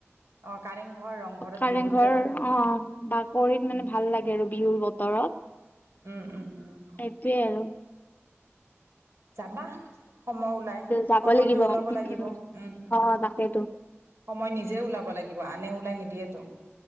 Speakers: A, on the right (about 70°); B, on the left (about 40°).
A: অ, কাৰেংঘৰ ৰংঘৰত
B: কাৰেংঘৰ
A: বিহুত যাই ভাল লাগে।
B: অ', - অ' বাকৰিত মানে
A: উম,
B: ভাল লাগে আৰু বিহুৰ বতৰত।
A: উম- উম-উম।
B: সেইটোয়ে আৰু
A: যাবা সময় উলাই,
B: যাব
A: সময়টো
B: লাগিব
A: উলাব
B: উম
A: লাগিব উম, উম।
B: অ তাকেইতো
A: সময় নিজে ওলাব লাগিব আনে ওলাই নিদিয়েতো।